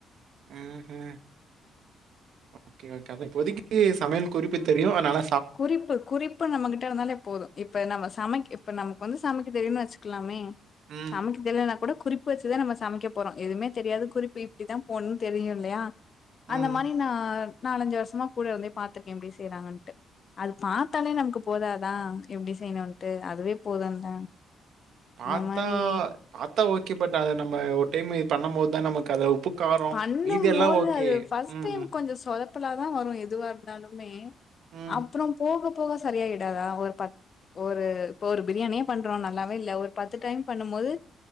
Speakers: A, on the right (about 70°); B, on the left (about 45°).
A: உம் உம் ஓகே ஓகே இப்போதைக்கு சமையல் குறிப்பு தெரியு அதனால
B: குறிப்பு குறிப்பு நம்மகிட்ட இருந்தாலே போது இப்ப நம்ம சமைக்க இப்ப நம் கொஞ்சோ சமைக்க தெரியுனு வெச்சுக்கலாமே
A: ம்,
B: சமைக்க தெரியல்னாகூட குறிப்பு வெச்சுதா நம்ம சமைக்க போறோ எதுவுமே தெரியாது குறிப்பு இப்படித்தா போணுனு தெரியு இல்லயா
A: ம்.
B: அந்த மாரி நா நாலஞ்சு வருஷமா கூட இருந்தே பாத்திருக்கே எப்படி செய்யறாங்கன்ட்டு அது பாத்தாலே நமக்கு போதாதா எப்படி செய்யணுன்ட்டு அதுவே போதுல்ல
A: பாத்தா
B: அந்த மாரி
A: பாத்தா ஓகே ஓகே பட் அத நம்ம ஒரு டைம் இது பண்ணும்போதுதா நமக்கு அத உப்பு காரம்
B: பண்ணும்போது
A: மீதி எல்லாம் ஓகே.
B: அது பஸ்ட்
A: ம்,
B: டைம் கொஞ்சோ சொதப்பலாதா வரு எதுவா இருந்தாலு மே
A: ம்.
B: அப்புறம் போக போக சரியாயிடாத ஒரு பத் ஒரு இப்ப ஒரு பிரியாணியே பண்றோ நல்லாவே இல்ல ஒரு பத்து டைம் பண்ணும்போது